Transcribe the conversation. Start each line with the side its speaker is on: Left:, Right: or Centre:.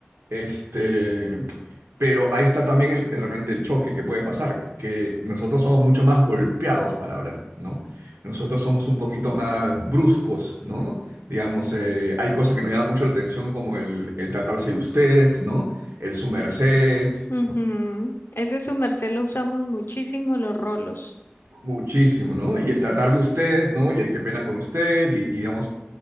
Right: este, pero ahí está también el, de repente el choque que puede pasar, que nosotros somos mucho más golpeados para hablar, ¿no? Nosotros somos un poquito más bruscos, ¿no? Digamos, eh, hay cosas que nos llaman mucho la atención como el, el tratarse de usted, ¿no? El su merced,
Left: ujú, Ese su merced lo usamos muchísimo los rolos,
Right: Muchísimo, ¿no? Y el tratar de usted, ¿no? Y el qué pena con usted, y, y digamos.